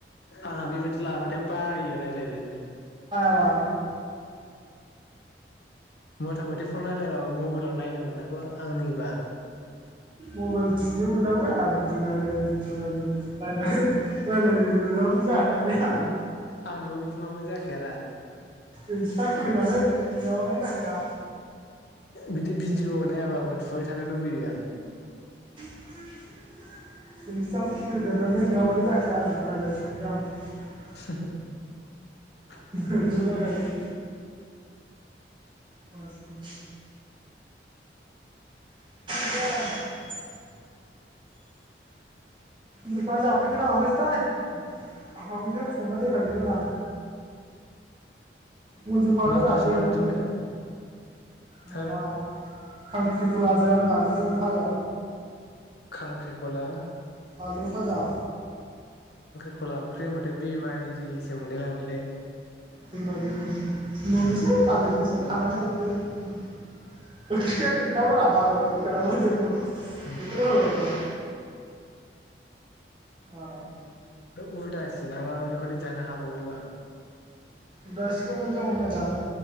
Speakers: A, on the left; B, on the right.
A: आहा बेबायदि लाबाथाय बायो रायज्लायनोनो
B: मा
A: मथा मथि फन रायलायबाबो मबाइलाव नायनो मोनांगौ आंनिबा
B: मबाइल थुनो मोननांगौरा आ भिदिअ नायलाय नायद बाय रायलायनो मोनाबाथ' जाखायालै थाना
A: आंनाबो बिदि नङाबानो जाखाया रा‌‌
B: इन्स्टा खुलिनानै नङाबाथाय जाखाया
A: बिदि भिडिअ नायाबाबो थुबाय थानो लुबैयो‌‌ आं
B: इन्सता <unintelligible> नंङाबाथाय जाखाया आंना‌ नायलाय‌‌ निसैसो‌ आं
A: <unintelligible>
B: नोगोर बाखायो मासतिनि <inaudible> मोसौआ जाफैखो ना माखोसोथाय ओंखाम खौसो संना दोनखा जोबबायमोन आं मन्जुबखाबायरा
A: मा ओंख्रि
B: ग्रोब
A: संनानै दोनखो
B: नो‌ माबा
A: हो
B: खांख्रिखलाजों आलुजों फाजा
A: खांख्रिखला
B: आलु फाजा
A: खला ओंख्रि होनबथाय बेमारि रि सो मोनलाय लाङोलै
B: <unintelligible> मालिक निसो खानानै हरदों ओंख्रिया गैखाया मोन रा बाजारावसो <unintelligible>
A: उम
B: बेखौनो <unintelligible> आराम
A: बे उदासि नामा बेखौदेन‌ जानो हाबावो आं
B: उदासिखौ मोजां हुना जानों